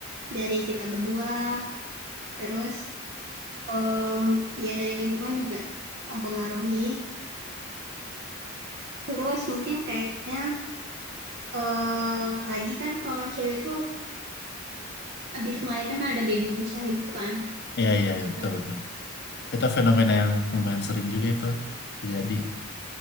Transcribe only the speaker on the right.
dari kita berdua, terus em, ya dari lingkungan juga mempengaruhi. Terus mungkin kayaknya eh lagi kan kalau cewek tuh habis melahirkan kan ada baby bluesnya gitu kan.
Nah,